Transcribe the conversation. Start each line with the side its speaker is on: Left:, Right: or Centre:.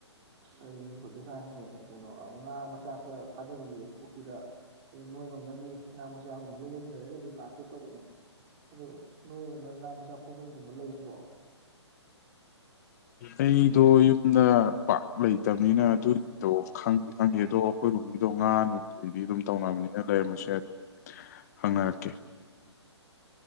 Right: ꯑꯩꯁꯦ ꯍꯧꯖꯤꯛꯀꯥꯟꯁꯦ ꯀꯩꯅꯣ ꯉꯥ ꯃꯆꯥ ꯈꯔ ꯊꯥꯗꯔꯤꯌꯦꯦ ꯄꯨꯈ꯭ꯔꯤꯗ ꯑꯗꯨ ꯅꯣꯏꯔꯣꯝꯗꯒꯤ ꯉꯥ ꯃꯆꯥꯒꯨꯝꯕ ꯂꯧꯕ ꯑꯃ ꯂꯩꯔꯒꯗꯤ ꯂꯥꯛꯀꯦ ꯇꯧꯕꯅꯦ ꯑꯗꯨ ꯅꯣꯏꯔꯣꯝꯗ ꯉꯥ ꯃꯆꯥ ꯐꯕꯝꯒꯨꯝꯕ ꯂꯩꯕ꯭ꯔꯣ
Left: ꯑꯩꯗꯣ ꯌꯨꯝꯗ ꯄꯥꯛ ꯂꯩꯇꯕꯅꯤꯅ ꯑꯗꯨꯒꯤꯗꯣ ꯈꯪꯗꯤ ꯈꯪꯗꯦ ꯑꯗꯣ ꯑꯩꯈꯣꯏ ꯔꯣꯝꯒꯤꯗꯣ ꯉꯥ ꯅꯨꯡꯒꯤꯗꯣ ꯑꯗꯨꯝ ꯇꯧꯅꯕꯅꯤ ꯂꯩꯔꯝꯕꯁꯨ ꯌꯥꯏ ꯑꯗꯨ ꯍꯪꯅꯔꯛꯀꯦ <inaudible>